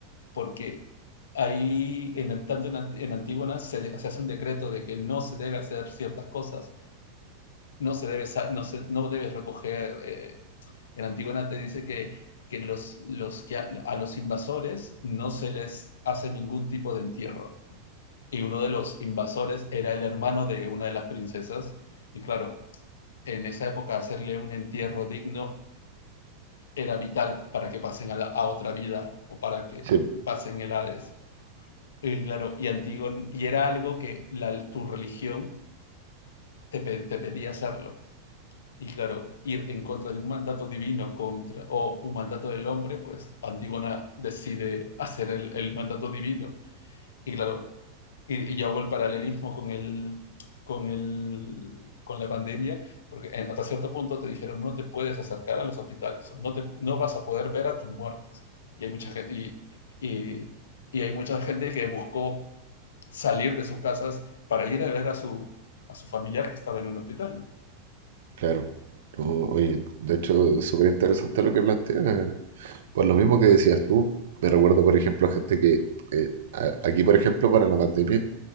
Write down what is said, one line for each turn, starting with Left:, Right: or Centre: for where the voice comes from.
Left: porque ahí, en, tanto en, en Antígona, se, se, hace un decreto de que no se debe hacer ciertas cosas, no, se debe, no, se, no debes recoger, eh, en Antígona te dice que, que, los, los, que a, a los invasores no se les hace ningún tipo de entierro. Y uno de los invasores era el hermano de una de las princesas. Y claro, en esa época hacerle un entierro digno era vital para que pasen a, la, a otra vida o para que
Right: Sí,
Left: pasen el Hades. y claro, y Antígon, y era algo que la- tu religión te, pe- te pedía hacerlo. Y claro, ir en contra de un mandato divino contra, o un mandato del hombre, pues Antígona decide hacer el, el mandato divino. Y claro, y, y yo hago el paralelismo con el, con el, con la pandemia, porque en- hasta cierto punto te dijeron no te puedes acercar a los hospitales, no, te, no vas a poder ver a tus muertos. Y hay mucha gente, y, y- y hay mucha gente que buscó salir de sus casas para ir a ver a su, a su familiar que estaba en un hospital, ¿no?
Right: claro. No, oye, de hecho, es súper interesante lo que planteas, por lo mismo que decías tú. Me recuerdo, por ejemplo, gente que, eh, a- aquí, por ejemplo, para la pandemia,